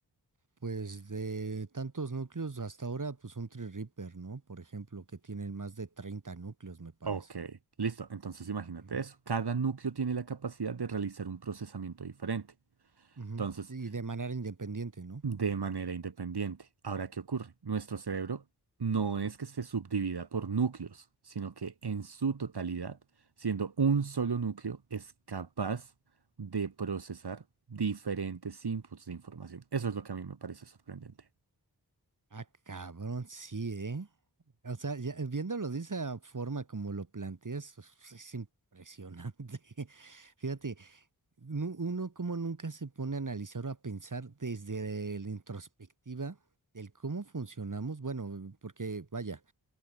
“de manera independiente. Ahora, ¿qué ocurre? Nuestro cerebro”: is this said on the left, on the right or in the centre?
Right